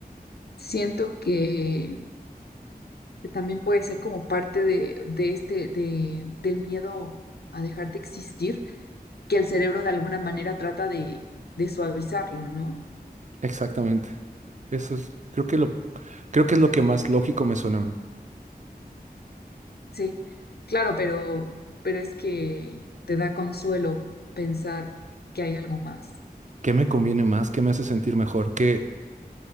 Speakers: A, on the left; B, on the right.
A: siento que, que también puede ser como parte de, de este, de, del miedo a dejar de existir, que el cerebro de alguna manera trata de, de suavizarlo, ¿no?
B: Exactamente. Eso es, creo que lo, creo que es lo que más lógico me suena a mí.
A: Sí, claro, pero, pero es que te da consuelo pensar que hay algo más.
B: ¿Qué me conviene más? ¿Qué me hace sentir mejor? ¿Qué,